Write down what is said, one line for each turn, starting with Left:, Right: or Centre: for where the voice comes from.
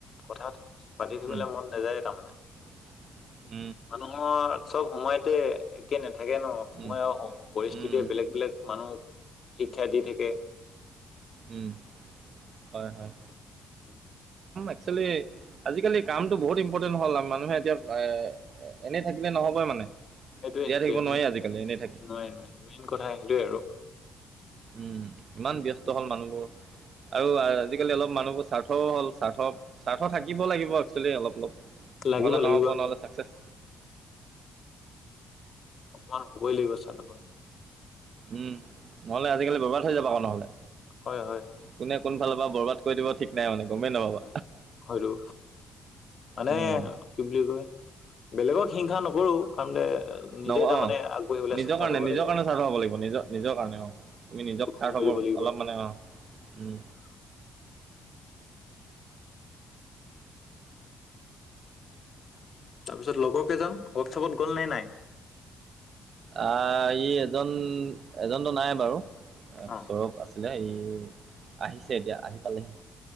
Left: কথা পাতি থাকিবলৈ
Right: উম,
Left: মন নাযায়েই তাৰমানে।
Right: <inaudible>
Left: মানুহৰ চব সময়তে একে নাথাকে ন, সময়ৰ
Right: উম,
Left: পৰিস্থিতিয়
Right: উম,
Left: বেলেগ বেলেগ। মানুহক শিক্ষা দি থাকে।
Right: উম, হয় হয়।
Left: অ'
Right: একচেলি আজিকালি কামতটো বহুত ইম্পৰ্টেণ্ট হল মানুহে এতিয়া এ এনেই থাকিলে নহবই মানে।
Left: সেইটোৱে
Right: জীয়াই
Left: সেইটোৱেই
Right: থাকিব নোৱাৰি আজিকালি এনেই থাকি
Left: নাই ন মেইন কথা সেইটোৱে আৰু।
Right: উম ইমান
Left: উম
Right: ব্যস্ত
Left: প-
Right: হল মানুহবোৰ
Left: উম,
Right: আৰু আজিকালি অলপ মানুহ ব স্বাৰ্থও হ'ল স্বাৰ্থ স্বাৰ্থ থাকিব লাগিব। একেল অলপ অলপ
Left: লাগিব
Right: নহলে
Left: লাগিব
Right: নহ'ব নহলে চাকচেচ
Left: অকমান হ'বই লাগিব চানপ
Right: উম নহলে আজিকালি ব'ৰবাত হৈ যাবা আৰু নহ'লে।
Left: হয় হয়।
Right: কোনে কোনফালৰ পৰা বৰবাদ কৰি দিব ঠিক নাই মানে। গমেই নাপাবা
Left: উ হয়তো মানে
Right: উম,
Left: কি বুলি কয়, বেলেগত হিংসা নকৰোঁ কাৰণ নিজে
Right: ন অ'
Left: তাৰমানে আগবাঢ়িবলৈ
Right: নিজৰ
Left: চেষ্টা
Right: কাৰণে
Left: কৰিব
Right: নিজৰ
Left: লাগিব
Right: কাৰণে চাৰ্থ হব লাগিব নিজ নিজৰ
Left: উম,
Right: কাৰণে অ' তুমি নিজক
Left: সময়
Right: চাৰ্থ
Left: দিব লাগিব
Right: অলপ মানে অ', উম।
Left: তাৰপিছত তাৰপিছত লগৰ কেজন ৱৰ্কশ্বপত গ'ল নে নাই?
Right: আহ ই এজন এজনতো নাই বাৰু,
Left: অ
Right: সৌৰৱ আছিলে ই ই আহিছে এতিয়া, আহি পালেহি।